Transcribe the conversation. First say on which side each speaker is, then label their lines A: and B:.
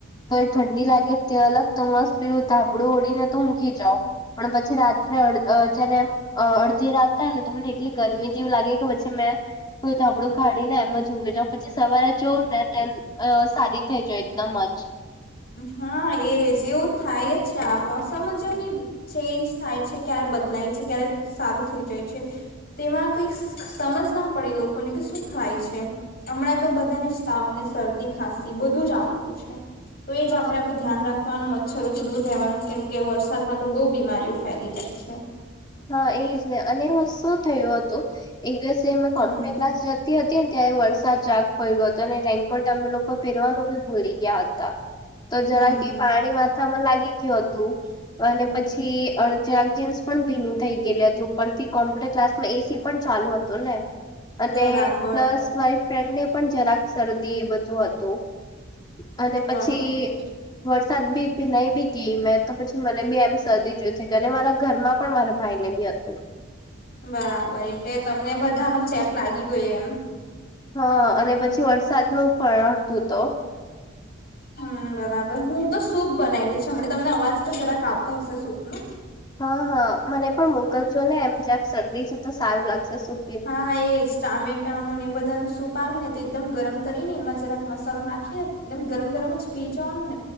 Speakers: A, on the left; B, on the left.
A: તો ઠંડી લાગે અલગ તો મસ્ત પીડું તાપડું ઓળી ને તો મૂકી જાવ. પણ પછી રાત્રે અડ અત્યારે એમ અડધી રાત થાય ને તો મને એટલી ગરમી- - જેવું લાગે કે પછી મેં કોઈ થાબડું કાઢી ને એમ ઊંઘી જવ પછી સવારે જોઉ ને અ સારી થઈ જવ એકદમ જ.
B: હા એ જેવું થાય જ આ મોસમ જો ચેન્જ થાય છે ક્યારે બદલાય છે ક્યારે સારું થઈ જાય છે તેમાં કઈ સમજ ના પડે લોકોને કે શું થાય છે. હમણાં તો બધાની જ તાવ ને શરદી ખાંસી બધું જ આવતું છે. તો એ જ
A: હા
B: આપડેડું ધ્યાન રાખવાનું મચ્છરોથી દૂર રહેવાનું કેમ કે વરસાદમાં તો બહુ બીમારીઓ ફેલી જાય છે.
A: હા એ જ ને અને હું શું થયું હતું એક દિવસેમે કોમ્પ્યુટર
B: હમ
A: ક્લાસ જ હતી ને ત્યારે વરસાદ જાગ પડ્યો હતો અને રેન્કોર્ટ અમે લોકો પેરવાનું બી ભૂલી ગયા હતા. તો
B: હમ
A: જરા કે પાણીમાં થા લાગી ગયું હતું અને પછી અચરાગ જીન્સ પણ ભીન થઈ ગયલ હતું ઉપથી કોમ્પ્યુટર ક્લાસ માં એસી પણ ચાલુ હતું ને અને
B: બરાબર
A: પ્લસ મારી ફ્રેન્ડને પણ જરાક શરદી એ બધું હતું. અને પછી
B: બરાબર
A: વરસાદ બી ભીનાઈ બી ગઈ મેં તો પછી મને બી એમ શરદી જોઈ થ ગ અને મારા ઘરમાં પણ મારા ભાઈ ને બી હતું.
B: બરાબર એટલે તમને બધા ન ચેપ લાગી ગયો એમ
A: હા અને પછી વરસાદ નું પણતું તો
B: હમ બરાબર હું તો સૂપ બનાવું છે હમના તમને અવાજ તો જરાક આવતો હશે સૂપ નો
A: હા હા મને પણ મોગલ જો ને એમ જ્યાક શરદી છે તો સારું લાગશે સૂ
B: હા એજ. ટામેટાનું ને એ બધા ન સૂપ આવે ને તો એકદમ ગરમ કરીને એમાં જરાક મસાલો નાખી ને એમ ગરમ ગરમ જ પી જવાનું ને